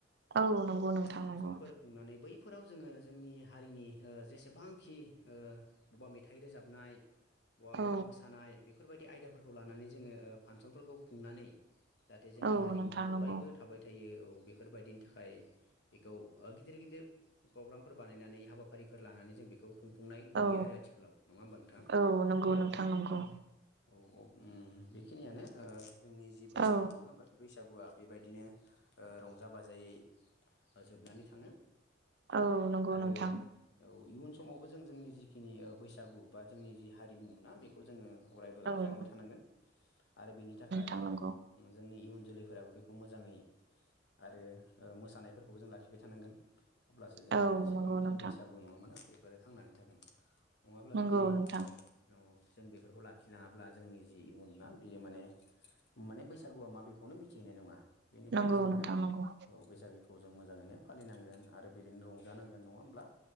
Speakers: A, on the right (about 60°); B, on the left (about 65°).
A: औ नंगौ नोंथां
B: फांसनफोर
A: नंगौ
B: खुंनानै बै फोराव जोङो जोंनि हारिनि जेसेबांखि ओ बबेबा मेथाइ रोजाबनाय बहाबा
A: औ
B: मोसानाय बेफोरबायदि आयदाफोरखौ लानानै जोङो फांसनफोरखौ खुंनानै जाहाथे जोंनि
A: औ
B: हारिमुवा
A: नोंथां नंगौ
B: अरायबो थाबाय थायो औ बेफोरबायदिनि थाखाय बेखौ गिदिर गिदिर प्रग्रामफोर बानायनानै हाबाफारिफोर लानानै जों बेखौ‌ खुं फुंनाय नुयो
A: औ
B: आरो आथिखालाव नङा होमबा नोंथां
A: औ नंगौ नोंथां नंगौ
B: औ औ ओम बेखिनियानो ओ जोंनि जि बैसागु
A: औ
B: नोङा होमबा बे बै सागुआ बेबायदिनो रंजा बाजायै जोबनानै थाङो
A: औ नंगौ
B: आरो
A: नोंथां
B: औ। इयुन समावबो जों जोंनि जिखिनि बैसागु बा जोंनि जि हारिमु ना बेखौ जोङो अरायबो
A: औ
B: लाखिलांबाय थानांगोन आरो बेनि था
A: थांनांगौ।
B: जोंनि इयुन जोलैफोराबो बेखौ मोजाङै आरो मोसानायफोरखौबो जों लाखिबाय थानांगोन अब्लासो जोंनि
A: औ
B: जेसेबांखि
A: नंगौ नोंथां
B: बैसागु नङामोन बेफोरो थांनानै थागोन नङाब्ला
A: नंगौ
B: जुदि
A: नोंथां
B: ओ जों बेफोरखौ लाखिलाङाब्ला जोंनि जि इयुन ना बेयो माने माने बैसागुआ माबेखौनो मिथिहैनाय नङा बेनिखायनो
A: नंगौ
B: जोंनो
A: नोंथां नंगौ
B: औ बैसागु खौ जों मोजाङैनो फालिनांगोन आरो बिदिनो रंजानांगोन नङा होमब्ला